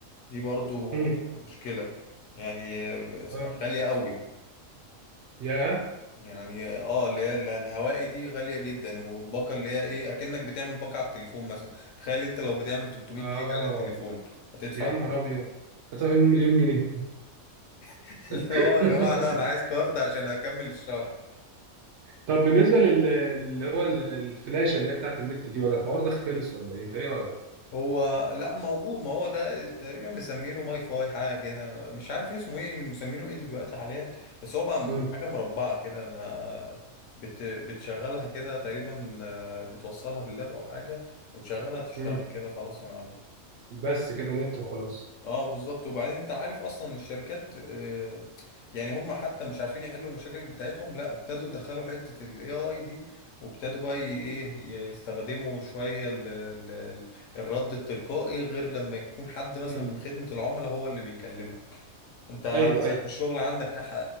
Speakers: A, on the left; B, on the right.
A: دي برضو
B: مم.
A: مشكلة يعني آه،
B: اه
A: غالية قوي
B: يا
A: يعني اه اللي هي ال- الهوائي دي غالية جدا والباقة اللي هي ايه اكنك بتعمل باقة على التليفون مثلا تخيل انت لو بتعمل 300
B: اه
A: جيجا على التليفون هتدفع
B: يا
A: كام
B: نهار ابيض هتفهم مليون جنيه
A: <laughs> اللي
B: <laughs>
A: هو يا جماعة انا عايز كارد عشان اكمل الشهر
B: طب بالنسبه لل اللي هو ال- الفلاشه اللي هي بتاعت النت دي ولا الحوار ده خلص ولا ايه انت ايه رايك
A: هو لا موجود ما هو ده تقريبا مسمينه ماي فاي حاجة كده مش عارف اسمه ايه مسمينه ايه دلوقتي حاليا بس هو بقى
B: مم.
A: حاجة مربعة كده ما بت... بتشغلها كده تقريبا آه، بتوصلها باللاب او حاجة وتشغلها تشتغل
B: مم.
A: كده خلاص يا معلم
B: بس كده نت وخلاص
A: اه بالظبط وبعدين انت عارف اصلا الشركات آه، يعني هم حتى مش عارفين يحلوا المشاكل بتاعتهم لا ابتدوا يدخلوا حتة الاي اي دي وابتدوا بقى ي- ايه يستخدموا شوية ال ال ال الرد التلقائي غير لما يكون حد مثلا
B: مم.
A: من خدمة العملاء هو اللي بيكلمك انت
B: ايوه
A: مثلا
B: ايوه
A: في الشغل عندك لح-